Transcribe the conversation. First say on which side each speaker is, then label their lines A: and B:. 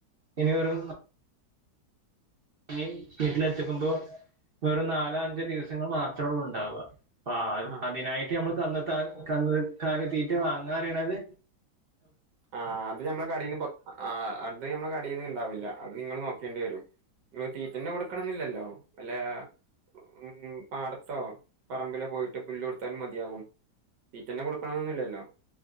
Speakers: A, on the right; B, on the right.
A: ഇനി വെറും ഇനി വീട്ടിലെത്തിക്കുമ്പോ വെറും നാലോ അഞ്ചോ ദിവസങ്ങൾ മാത്രോള്ളു ഇണ്ടാവാ അപ്പോ
B: ആഹ്
A: അതിനായിട്ട് നമ്മള് കന്ന്ത്താ കന്ന് കാലി തീറ്റ വാങ്ങാറിണത്
B: ആ അത് ഞമ്മളെ കടേന്ന് പൊ ആഹ് അത് നമ്മളെ കടേന്ന് ഇണ്ടാവില്ല അത് ഇങ്ങള് നോക്കേണ്ടി വരും ഈ തീറ്റന്നെ കൊടുക്കണെന്നില്ലല്ലോ വല്ലാ ഉം പാടത്തോ പറമ്പിലോ പോയിട്ട് പുല്ല് കൊടുത്താലും മതിയാവും തീറ്റന്നെ കൊടുക്കണന്ന്ല്ലല്ലോ